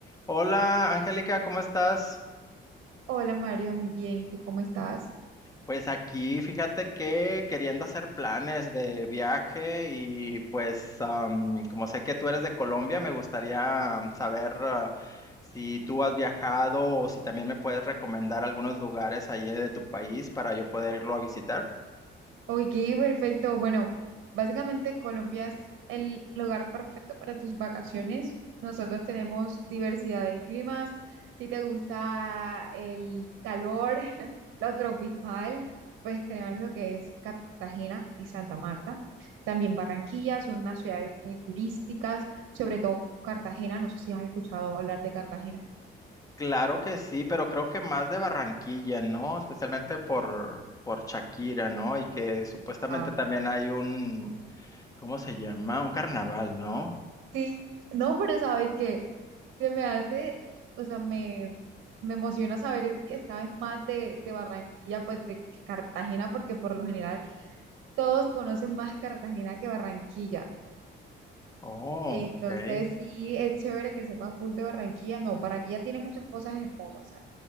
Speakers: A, on the left (about 15°); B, on the right (about 80°).
A: Hola, Angélica, ¿cómo estás?
B: Hola Mario, muy bien. ¿Y tú cómo estás?
A: Pues aquí, fíjate que queriendo hacer planes de viaje y pues am, como sé que tú eres de Colombia, me gustaría am, saber ah, si tú has viajado o si también me puedes recomendar algunos lugares allí de tu país para yo poder irlo a visitar.
B: Oye, perfecto. Bueno, básicamente Colombia es el lugar perfecto para tus vacaciones. Nosotros tenemos diversidad de climas. Si te gusta el calor, <laughs> lo tropical, pues tenemos lo que es Cartagena y Santa Marta. También Barranquilla, son unas ciudades muy turísticas, sobre todo Cartagena. No sé si has escuchado hablar de Cartagena.
A: Claro que sí, pero creo que más de Barranquilla, ¿no? Especialmente por, por Shakira, ¿no? Y que supuestamente
B: Wow.
A: también hay un, ¿cómo se llama? Un carnaval, ¿no?
B: Sí, no, pero sabes que Se me hace, o sea, me, me emociona saber que sabes más de, de Barranquilla, pues de que Cartagena, porque por lo general todos conocen más Cartagena que Barranquilla.
A: Oh,
B: Entonces,
A: ok.
B: sí, es chévere que sepas full de Barranquilla. No, Barranquilla tiene muchas cosas hermosas. o sea,